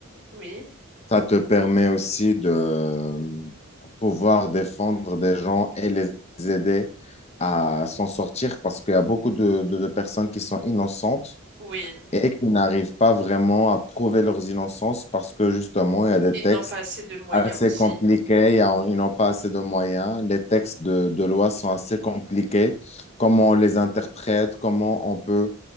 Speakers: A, on the right (about 55°); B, on the left (about 30°).
A: Oui,
B: Ça te permet aussi de euh, pouvoir défendre des gens et les aider à s'en sortir parce qu'il y a beaucoup de, de- de personnes qui sont innocentes
A: oui.
B: et qui n'arrivent pas vraiment à prouver leurs innocences parce que justement, il y a des
A: Ils
B: textes
A: n'ont pas assez de moyens
B: assez
A: aussi.
B: compliqués, il y a- ils n'ont pas assez de moyens, les textes de, de loi sont assez compliqués, comment on les interprète, comment on peut